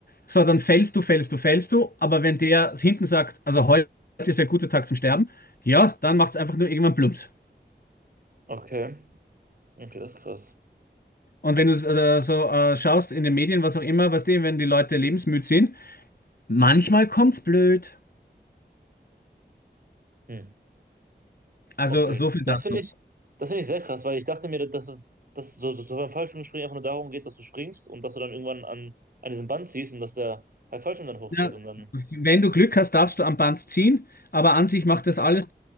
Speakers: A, on the left; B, on the right.
A: So, dann fällst du, fällst du, fällst du. Aber wenn der hinten sagt, also heute ist der gute Tag zum Sterben, ja, dann macht es einfach nur irgendwann plumps.
B: Okay. Okay, das ist krass.
A: Und wenn du äh, so äh, schaust in den Medien, was auch immer, was die, wenn die Leute lebensmüd sind, manchmal kommt's blöd.
B: Hm.
A: Also
B: Okay,
A: so viel
B: das
A: dazu.
B: finde ich, das finde ich sehr krass, weil ich dachte mir, dass es, dass es so, so, so beim Fallschirmspringen einfach nur darum geht, dass du springst und dass du dann irgendwann an, an diesem Band ziehst und dass der halt Fallschirm dann hochgeht
A: Ja,
B: und dann.
A: wenn du Glück hast, darfst du am Band ziehen, aber an sich macht das alles,